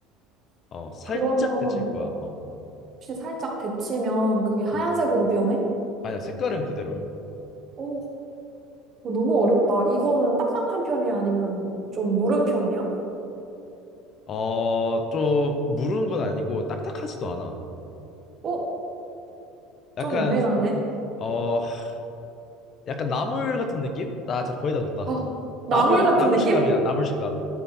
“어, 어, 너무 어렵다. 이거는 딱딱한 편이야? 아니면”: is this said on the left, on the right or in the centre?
Right